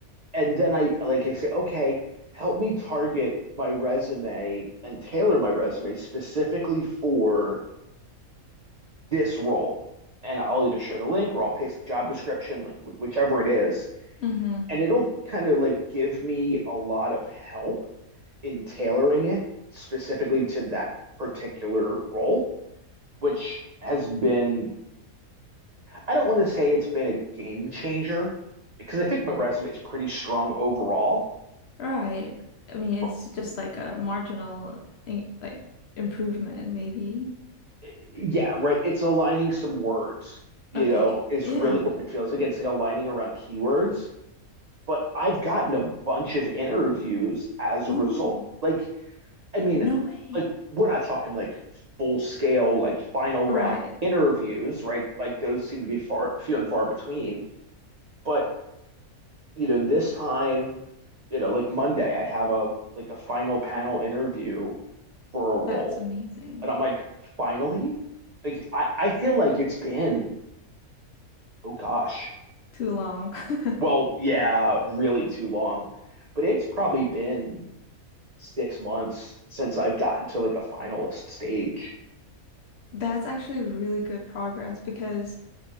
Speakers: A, on the right; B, on the left.
A: And then I like I say, okay, help me target my resume and tailor my resume specifically for this role. And I'll either share the link or I'll paste the job description, like wh- whichever it is.
B: Mm-hmm.
A: And it'll kind of like give me a lot of help in tailoring it specifically to that particular role, which has been I don't want to say it's been a game changer because I think my resume is pretty strong overall.
B: Right. I mean, it's
A: But
B: just like a marginal in like improvement, maybe.
A: eh, yeah, right. It's aligning some words, you
B: Okay.
A: know, is
B: Yeah.
A: really what it feels like. It's like aligning around keywords. But I've gotten a bunch of interviews as a
B: Ooh,
A: result. Like, I mean,
B: no way.
A: like we're not talking like full scale, like final
B: Right.
A: round interviews, right? Like those seem to be far few and far between. But, you know, this time you know, like Monday, I have a like a final panel interview for a role.
B: That's amazing.
A: And I'm like, finally? Like I, I feel like it's been, oh gosh.
B: <laughs> Too long. <laughs>
A: Well, yeah, really too long. But it's probably been six months since I've gotten to like a finalist stage.
B: That's actually really good progress because